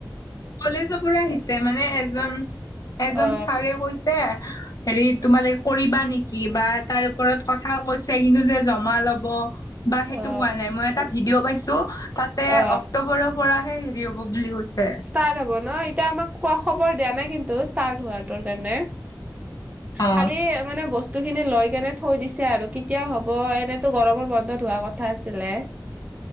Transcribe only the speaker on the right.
অ
অ
অ
ষ্টাৰ্ট হব ন' এতিয়া আমাক কোৱা খবৰ দিয়া নাই কিন্তু ষ্টাৰ্ট হোৱাটো কাৰণে
খালি মানে বস্ স্তু খিনি লৈ কেনে থৈ দিছে আৰু কেতিয়া হ'ব, এনেতো গৰমৰ বন্ধত হোৱা কথা আছিলে